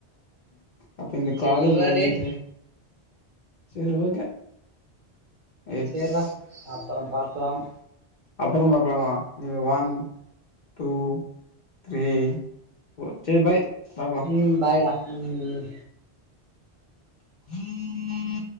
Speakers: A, on the left (about 55°); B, on the right (about 55°).
A: அப்ப இந்த
B: சேரி
A: காலு
B: விட்றா
A: வேலிடே
B: டேய்
A: சேர் ஓகே இட்ஸ்
B: சேர்றா அப்பறம் பாக்லாம்
A: அப்பறம் பாக்லாமா நில்லு வன் டூ த்ரீ ஃபோ சேர் பாய் பாக்லா
B: ம் பாய்டா ம்
A: ம்